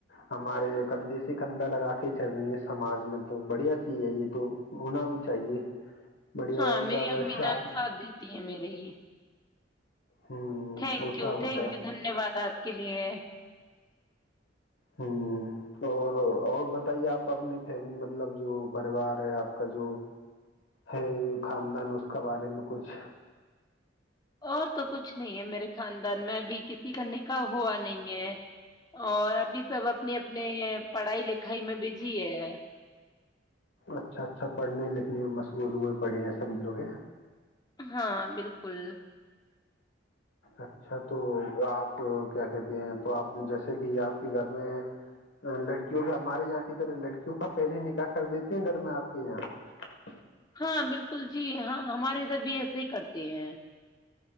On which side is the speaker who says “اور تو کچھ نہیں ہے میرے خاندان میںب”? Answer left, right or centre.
Left